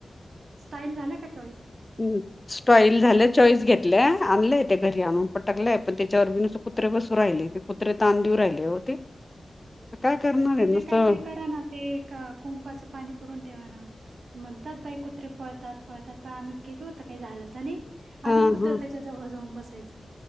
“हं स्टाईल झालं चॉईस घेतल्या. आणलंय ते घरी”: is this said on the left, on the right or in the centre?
Left